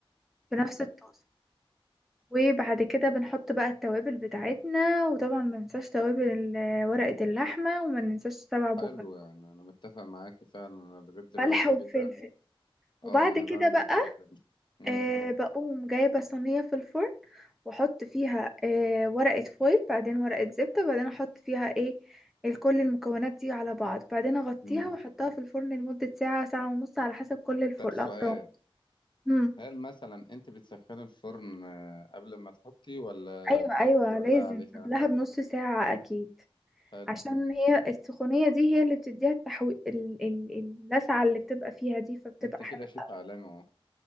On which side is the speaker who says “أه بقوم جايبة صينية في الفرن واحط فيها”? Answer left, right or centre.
Centre